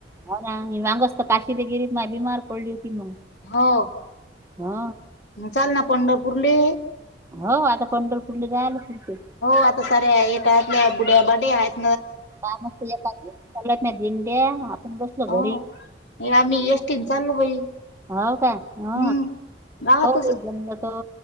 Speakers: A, on the right; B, on the left.
A: हो ना मी मागेच तर काशीला गेली होती तर बिमार पडली होती.
B: हो
A: हो
B: चाल ना पंढरपूरले
A: हो आता पंढरपुरले जायले पुरते
B: आता साऱ्या येटातल्या हो ना बुढ्याबाढा पण आहे
A: काय म्हणतो एका मागु माग चालल्याना दिंड्या आपण बसलो
B: हो
A: घरीच
B: आम्ही एस टी न चाललो बाई
A: हो का हो
B: हम्म गावातच
A: हो जमलं तर